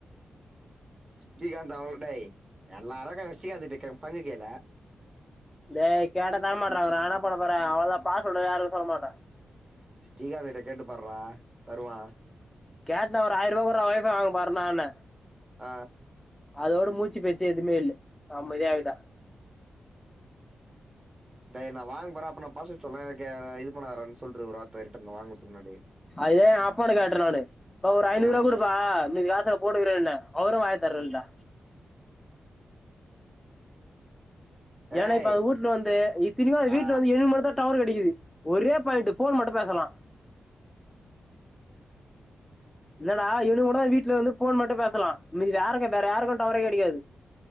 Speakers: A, on the right (about 20°); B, in the centre.
A: ஸ்ரீகாந்த் அவ்ள டே என்ன அழகா ஸ்ரீகாந்த டேக் பண்ணி கேல
B: டேய் கேட்ட தர மாட்றாக நா என்ன பண்ண போறே அவ்ளோதா பாஸ்வேர்ட யாருக்கு சொல்ல மாட்டே
A: ஸ்ரீகாந்த் கிட்ட கேட்டு பார்றா தருவா
B: கேட்டே ஒரு ஆயிரரூவா குடுறா ஒய் ஃபை வாங்க போறேனானு
A: அ
B: அதோட மூச்சு பேச்சு எதுமே இல்ல அமைதி ஆயிட்டா
A: டே நா வாங்க போறே அப்ப நா பாஸ்வேர்டு சொன்னா கே இது பண்ணாதடானு சொல்று ஒரு வார்த்த ரீட்டன் வாங்குறதுக்கு முன்னாடி
B: அது ஏ அப்பனு கேட்றே நானு இப்ப ஒரு ஐநூறு
A: ஆ
B: ரூவா குடு பா மீதி காச போட்டுகிறேனே அவரு வாயத்தெறக்கலடா
A: ஏய்
B: ஏனா இப்ப அவ வுட்ல வந்து இத்தினிக்கு அவ வீட்ல
A: ஆ
B: வந்து எனக் மட்டுதா டவர் கெடைக்குது ஒரே பாயிண்ட்டு ஃபோன் மட்டு பேசலா இல்லடா இவனுக்கு மட்டு தா வீட்ல இருந்து ஃபோன் மட்டு பேசலா மீத யாருக்கு வேற யாருக்கு டவரே கெடைக்காது